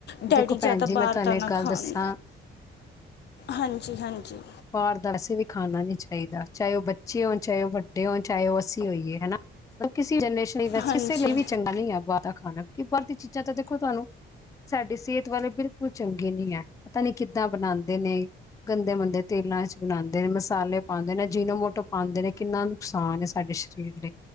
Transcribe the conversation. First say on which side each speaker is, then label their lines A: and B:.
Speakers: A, on the left (about 60°); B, on the left (about 15°).
A: ਡੈਡੀ
B: ਦੇਖੋ
A: ਜ਼ਿਆਦਾ
B: ਭੈਣ ਜੀ
A: ਬਾਹਰ
B: ਮੈਂ ਤੁਹਾਨੂੰ
A: ਤਾਂ,
B: ਇੱਕ
A: ਨਾ
B: ਗੱਲ
A: ਖਾਣ
B: ਦੱਸਾਂ
A: ਹਾਂਜੀ-ਹਾਂਜੀ
B: ਬਾਹਰ ਦਾ, ਵਸੇ ਵੀ, ਖਾਣਾ ਨੀ ਚਾਹੀਦਾ। ਚਾਹੇ ਉਹ ਬੱਚੇ ਹੋਣ ਚਾਹੇ ਉਹ ਵੱਡੇ ਹੋਣ ਚਾਹੇ ਉਹ ਅਸੀਂ ਹੋਈਏ ਹਨਾ ਕਿਸੇ ਜਨਰੇਸ਼ਨ ਲਈ ਬਸ
A: ਹਾਂਜੀ
B: ਕਿਸੇ ਲਈ ਵੀ ਚੰਗਾ ਨਹੀਂ ਬਾਹਰ ਖਾਣਾ ਕਿ, ਭਰਤੀ ਚੀਜ਼ਾਂ ਤਾਂ, ਦੇਖੋ ਤੁਹਾਨੂੰ ਸਾਡੀ ਸਿਹਤ ਵਾਲੇ ਬਿਲਕੁਲ ਚੰਗੇ ਨੀ ਹੈ। ਪਤਾ ਨੀ ਕਿੱਦਾਂ ਬਣਾਉਂਦੇ ਨੇ ਗੰਦੇ-ਮੁੰਦੇ ਤੇਲਾਂ ਚ, ਬਣਾਉਂਦੇ ਨੇ ਮਸਾਲੇ ਪਾਉਂਦੇ ਨੇ ਜੀਨੋ, ਮੋਟੋ ਪਾਉਂਦੇ ਨੇ, ਕਿੰਨਾ ਨੁਕਸਾਨ ਹੈ ਸਾਡੇ ਸਰੀਰ ਤੇ